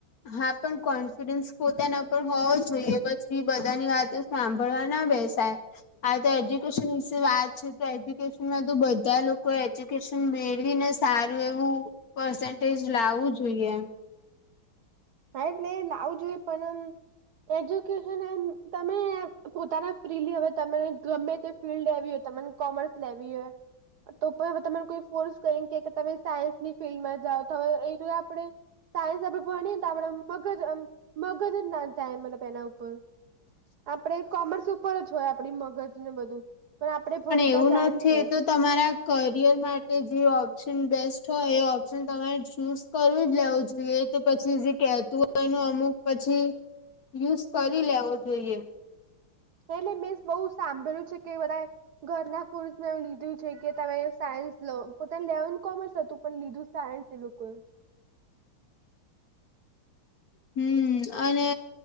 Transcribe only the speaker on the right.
હા એટલે એ લાવું જોઈએ પણ એજ્યુકેશન એમ તમે પોતાના ફ્રીલી હવે તમે ગમે તે ફિલ્ડ આયવી હોય તમને કોમર્સ લેવી હોય
તો પય હવે તને કોઈ ફોર્સ કરીન કે કે તમે સાયન્સની ફિલ્ડમાં જાઓ તમે એટલે આપણે સાયન્સ આપડે ભ તા આપડે મગજ મગજ જ ના થાય મતલબ એના ઉપર આપડે કોમર્સ ઉપર જ હોય આપણી મગજને બધું પણ આપડે ભણતા
સાયન્સ
હોય
એટલે મે બોઉ સાંભળ્યું છે, કે બધાએ ઘરના ફુરસમાં એવું લીધું છે, કે તમે સાયન્સ લો પોતાનું લેવનુ કોમર્સ હતું પણ લીધું સાયન્સ લીધુ કોય